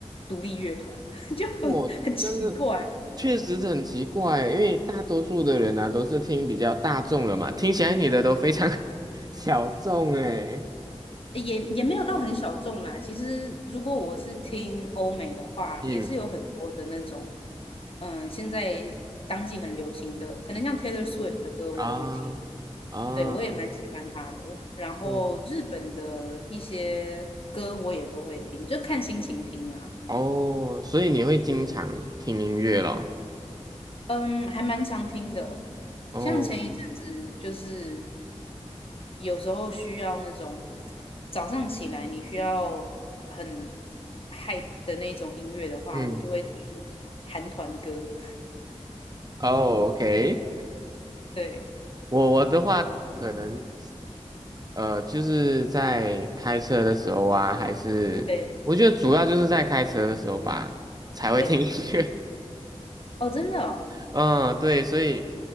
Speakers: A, on the left; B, on the right.
A: 独立乐团，<laughs> 就很很奇怪，
B: 我真的确实是很奇怪，因为大多数的人呢都是听比较大众的嘛，听起来你的都非常 <laughs> 小众哎。
A: 也也没有到很小众啦。其实如果我是听欧美的话，
B: 嗯
A: 也是有很多的那种，嗯，现在当季很流行的，可能像 Taylor Swift 的歌我也会听，
B: 啊啊，
A: 对，我也蛮喜欢他的。然后日本的一些歌我也都会听，
B: 哇
A: 就看心情听啦。
B: 哦，所以你会经常听音乐咯？
A: 嗯，还蛮常听的。
B: 嗯哦，
A: 像前一阵子就是有时候需要那种早上起来你需要很 hype 的那种音乐的话，
B: 嗯，
A: 我就会听韩团歌。
B: 哦，OK，
A: 对
B: 我我的话可能呃就是在开车的时候啊，还是我觉得主要就是在开车的时候吧才会听音乐。
A: 对对，哦，真的哦，
B: <laughs> 嗯，对，所以